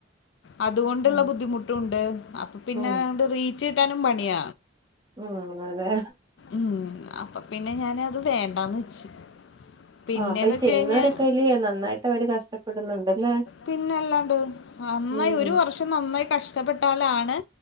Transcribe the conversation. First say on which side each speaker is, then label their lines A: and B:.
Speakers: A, on the left (about 65°); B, on the right (about 20°).
A: അതുകൊണ്ട്ള്ള
B: ഉം
A: ബുദ്ധിമുട്ടൂണ്ട് അപ്പം പിന്നെ
B: ഉം
A: അതൊണ്ട് റീച്ച് കിട്ടാനും പണിയ
B: ഉം അതെ
A: ഉം അപ്പൊ പിന്നെ ഞാനത് വേണ്ടാന്ന് വെച്ച് പിന്നെന്ന്
B: ആഹ് അപ്പൊ ഈ
A: വെച്ച്
B: ചെയ്യുന്നവരൊക്ക
A: കഴിഞ്ഞാ
B: അയില് നന്നായിട്ട് അവര് കഷ്ടപ്പെടുന്നുണ്ടല്ലേ
A: പിന്നല്ലാണ്ട് നന്നായി
B: ഉം
A: ഒരു വർഷം നന്നായി കഷ്ട്ടപ്പെട്ടാലാണ്